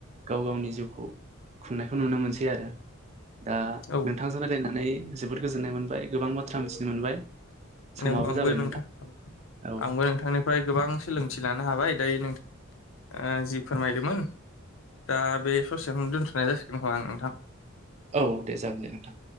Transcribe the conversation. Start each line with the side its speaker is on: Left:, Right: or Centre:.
Right: गाव गावनि जिउखौ खुंनायखौ नुनो मोनसै दि आरो दा
Left: औ
Right: नोंथांजों रायलायनानै जोबोद गोजोननाय मोनबाय गोबां बाथ्रा मिथिनो मोनबाय समाबो
Left: औ आंबो
Right: जाबाय
Left: नोंथां
Right: औ
Left: आंबो नोंथांनिफ्राय गोबां सोलोंथि लानो हाबाय दायो नोंथां ओ जि फोरमायदोमोन दा बे ससेयावनो दोनथनाय जासिगोनखोमा नोंथां
Right: औ दे जागोन दे नोंथां